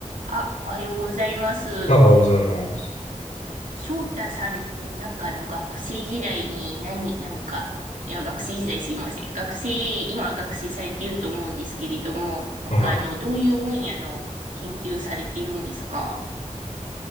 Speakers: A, on the right; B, on the left.
A: あ、おはようございます。
B: まあ、おはようございます。
A: 翔太さんってなんかあの学生時代に何、なんか、いや学生時代すいません。学生、今学生されていると思うんですけれども、なんかあの、
B: はい。
A: どういう分野の研究されているんですか